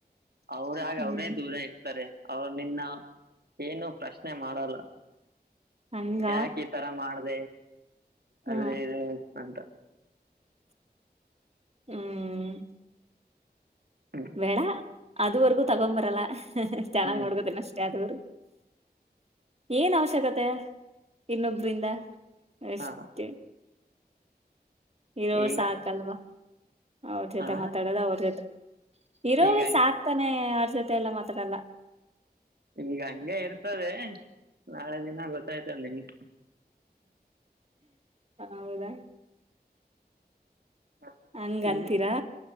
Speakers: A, on the right; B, on the right.
A: ಅವ್ರಾಗ
B: ಹ್ಮ್
A: ಅವ್ರೇ ದೂರ ಇರ್ತಾರೆ ಅವ್ರ ನಿನ್ನ ಏನು ಪ್ರಶ್ನೆ ಮಾಡಲ್ಲ...
B: ಹಂಗ
A: ಯಾಕೆ ಈ ತರ ಮಾಡ್ದ
B: ಹ್ಮ
A: ಅದು ಇದು.. ಎಂತ..
B: ಹ್ಮ್..
A: ಹ್ಮ್
B: ಬೇಡ ಅದುವರೆಗೂ ತಗೊ್ಂಬರಲ್ಲ ಚೆನ್ನಾಗಿ್
A: ಹ್ಮ್
B: ನೋಡಿಕೊಳಿತನೆ ಅಷ್ಟೇ ಅದುವರ್ಗೂ.. ಏನ್ ಅವಶ್ಯಕತೆ ಇನ್ನೊಬ್ರಿಂದ ಅಷ್ಟೇ..
A: ಹಾ
B: ಇರೋರು
A: ಈಗ
B: ಸಾಕಲ್ವಾ.. ಅವ್ರ ಜೊತೆ
A: ಹಾ
B: ಮಾತಾಡೋದ ಅವ್ರ ಜೊತೆ ಇರೋ್ರ
A: ಈಗ
B: ಸಾಕ್ತಾನೆ... ಯಾರ ಜೊತೆ ಎಲ್ಲ ಮಾತ್ರ ಅಲ್ಲ..
A: ಈಗ ಹಂಗೆ ಇರ್ತದೆ ನಾಳೆ ದಿನ ಗೊತ್ತಾಯ್ತಲ್ಲ ನಿಮಗೆ...
B: ಹೌದಾ..
A: ಹ
B: ಹಂಗಂತೀರಾ
A: ಹ್ಮ